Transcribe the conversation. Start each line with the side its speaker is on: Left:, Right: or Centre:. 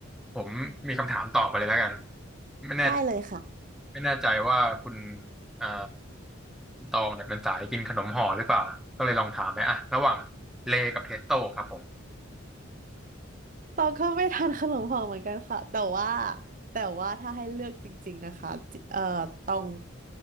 Centre: ผมมีคำถามต่อไปเลยแล้วกันไม่แน่
Right: ได้เลยค่ะ
Centre: ไม่แน่ใจว่าคุณอ่าคุณตองเนี่ยเป็นสายกินขนมห่อหรือเปล่าก็เลยลองถามไปอ่ะระหว่างเลกับเทสโต้ครับผม
Right: ตองก็ไม่ทานขนมห่อเหมือนกันค่ะแต่ว่าแต่ว่าถ้าให้เลือกจริงๆนะคะจิเอ่อตอง